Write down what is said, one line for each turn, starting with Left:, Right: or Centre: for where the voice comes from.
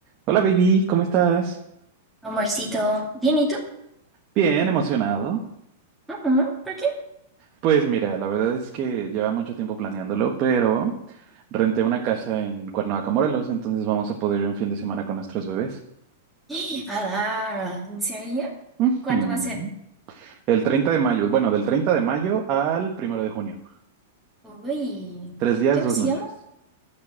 Right: Hola baby, ¿cómo estás?
Centre: Amorcito, bien, ¿y tú?
Right: Bien, emocionado.
Centre: Ujú, ¿Por qué?
Right: Pues mira, la verdad es que lleva mucho tiempo planeándolo, pero renté una casa en Cuernavaca, Morelos, entonces vamos a poder ir un fin de semana con nuestros bebés.
Centre: <gasps> Ah, ¿en serio?
Right: Ujú.
Centre: ¿Cuándo va a ser?
Right: El 30 de mayo, bueno, del treinta de mayo al primero de junio.
Centre: Uy,
Right: Tres días,
Centre: qué emoción,
Right: dos noches.